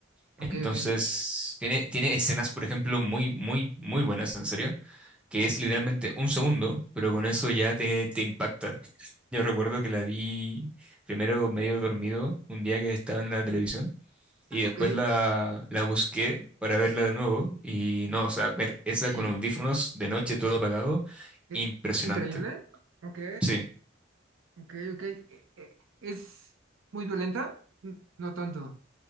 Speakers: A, on the right; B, in the centre.
A: ok,
B: Entonces,
A: ok,
B: tiene, tiene escenas, por ejemplo, muy, muy, muy buenas, en serio, que es literalmente un segundo, pero con eso ya te, te impacta. <laughs> Yo recuerdo que la vi primero medio dormido un día que estaba en la televisión. Y
A: ok.
B: después la, la busqué para verla de nuevo. Y no, o sea, ver esa
A: ¿Y
B: con audífonos de noche todo apagado,
A: qué-
B: impresionante.
A: es increíble? Ok.
B: Sí.
A: Ok, ok. Eh, eh, ¿Es muy violenta? N- No tanto.